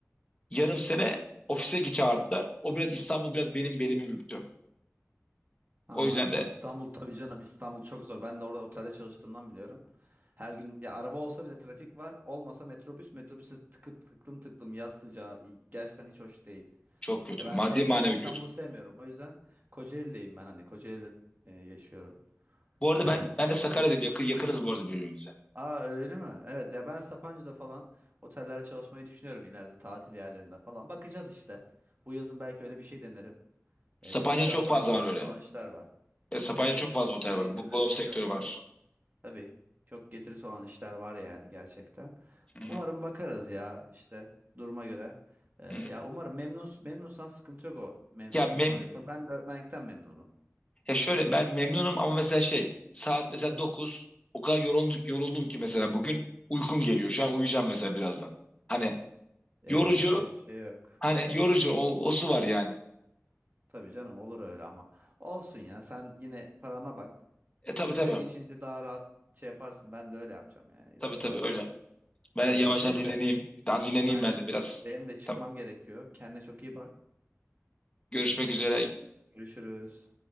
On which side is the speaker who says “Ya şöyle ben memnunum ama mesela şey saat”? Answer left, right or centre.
Left